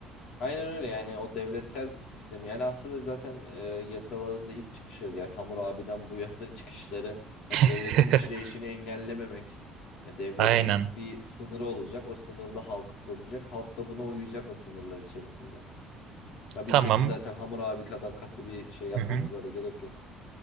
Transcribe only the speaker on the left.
Aynen öyle yani o devletsel sistemi yani aslında zaten e, yasalarında ilk çıkışı yani Hammurabi'den bu yana <laughs> çıkışları hani devletin
işleyişini engellememek e, devletin
bir sınırı olacak o sınırda halkı koruyacak halk da buna uyacak o sınırlar içerisinde. Ya bizdeki
zaten Hammurabi kadar katı bir şey yapmamıza
da gerek yok.